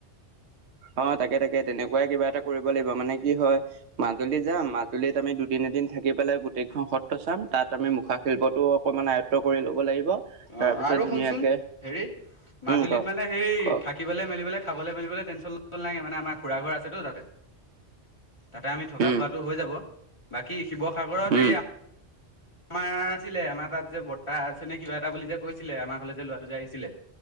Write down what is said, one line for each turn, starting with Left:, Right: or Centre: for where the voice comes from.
Right: অ তাকে তাকে তেনেকুৱাই কিবা এটা কৰিব লাগিব মানে কি হয় মাজুলী যাম মাজুলীত আমি দুদিন দিন থাকি পেলাই গোটেইখন সত্ৰ চাম তাত আমি মুখা শিল্পটোও অকণমান আয়ত্ব কৰি ল'ব লাগিব। তাৰপিছত
Left: অ আৰু
Right: ধুনীয়াকে
Left: শুনচোন হেৰি মাজুলীত
Right: উম ক
Left: মানে সেই
Right: ক
Left: থাকিবলে মেলিবলৈ খাবলৈ মেলিবলৈ টেনচন ল নাইে মানে আমাৰ খুড়া ঘৰ আছেতো তাতে। তাতে আমি থকা
Right: উম
Left: খোৱাটো হৈ যাব। বাকী শিৱসাগৰত
Right: উম
Left: এই আমাৰ আছিলে আমাৰ তাত যে বৰ্তা আছে নে কিবা এটা বুলি যে কৈছিলে আমাৰ ফালে যে লোৱাটো যে আহিছিলে।